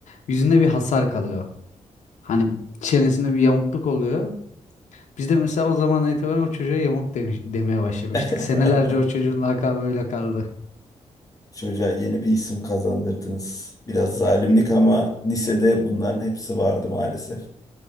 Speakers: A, on the left (about 85°); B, on the left (about 30°).
A: Yüzünde bir hasar kalıyor. Hani çenesinde bir yamukluk oluyor. Biz de mesela o zaman itibaren o çocuğa yamuk demiş, demeye başlamıştık.
B: <laughs>
A: Senelerce o çocuğun lakabı öyle kaldı.
B: Çocuğa yeni bir isim kazandırdınız. Biraz zalimlik ama lisede bunların hepsi vardı maalesef.